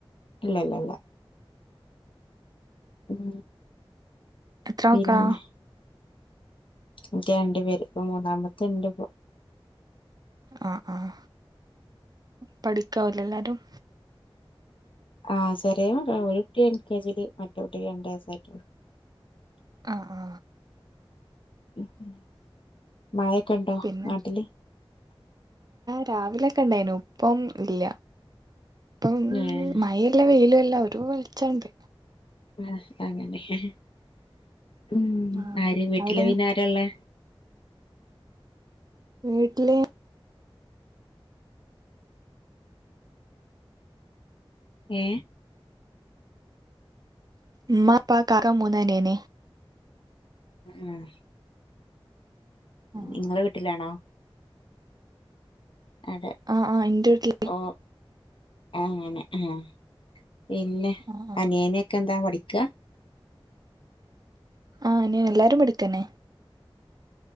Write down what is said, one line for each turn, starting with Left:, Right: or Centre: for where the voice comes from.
Left: ഇല്ല ഇല്ല ഇല്ല. ഉം
Right: എത്ര
Left: പിന്നെ.
Right: മക്കളാ
Left: എനിക്ക് രണ്ടു പേര് ഇപ്പ മൂന്നാമത്ത് ഇണ്ട് ഇപ്പോ.
Right: ആഹ ആഹ പഠിക്കാവും അല്ലെ എല്ലാരും.
Left: ആ ശെരെ മകൾ ഒരു കുട്ടി എൽ കെ ജിയില് മറ്റേ കുട്ടി രണ്ട് വയസ്സായിട്ടുള്ളൂ.
Right: ആ ആ.
Left: ഉം ഉം മഴയൊക്കെ ഉണ്ടോ
Right: പിന്നെ
Left: നാട്ടില്.
Right: രാവിലെൊക്കെ ഉണ്ടായ്ൻ ഇപ്പം ഇല്ല ഇപ്പം
Left: ഏഹ്
Right: മഴയില്ല വെയിലുംയില്ല. അല്ല ഒരു വെളിച്ചണ്ട്.
Left: ആഹ അങ്ങനെ ഹെഹെ ഉം
Right: ആഹ്
Left: ആര് വീട്ടില്
Right: അവിടെ
Left: പിന്ന ആരയുള്ളെ?
Right: വീട്ടിൽ.
Left: ഏ.
Right: ഇമ്മഇപ്പകാക്ക മൂന്ന് അനിയൻ.
Left: ഉം ഉം.
Right: ആഹ്
Left: നിങ്ങളെ വീട്ടിലാണോ അത
Right: ആഹ് ഇന്റെ വീട്ടില്
Left: ഓ ആങ്ങനെ ആഹ പിന്നെ
Right: ആഹ്
Left: അനേനൊക്കെ എന്താ പഠിക്ക
Right: ആഹ് അനീൻ എല്ലാരും പഠിക്കനെ